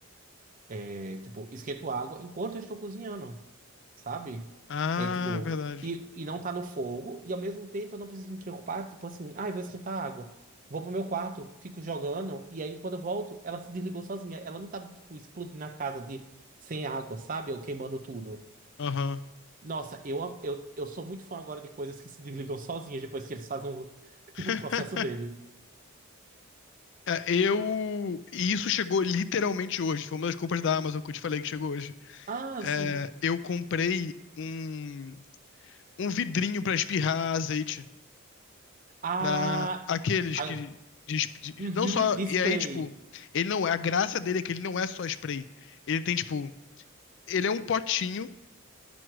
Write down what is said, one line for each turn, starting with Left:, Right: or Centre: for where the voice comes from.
Right: É, tipo, esquento água enquanto eu estou cozinhando, sabe?
Left: Ah,
Right: É tipo,
Left: verdade.
Right: e, e não tá no fogo, e ao mesmo tempo eu não preciso me preocupar, tipo assim, ah, eu vou esquentar água. Vou pro meu quarto, fico jogando, e aí quando eu volto, ela se desligou sozinha. Ela não tá, tipo, explodindo a casa de sem água, sabe? Ou queimando tudo.
Left: Aham.
Right: Nossa, eu, am- eu, eu sou muito fã agora de coisas que se desligam sozinhas depois que eles fazem o,
Left: <laughs>
Right: <laughs> o processo deles.
Left: É, eu. E isso chegou literalmente hoje. Foi uma das compras da Amazon que eu te falei que chegou hoje.
Right: Ah,
Left: É,
Right: sim.
Left: eu comprei um, um vidrinho pra espirrar azeite
Right: Ah,
Left: pra aqueles
Right: ah,
Left: que. de esp- de-
Right: uhum,
Left: não só.
Right: display.
Left: E aí, tipo, ele não. é, A graça dele é que ele não é só spray. Ele tem, tipo. Ele é um potinho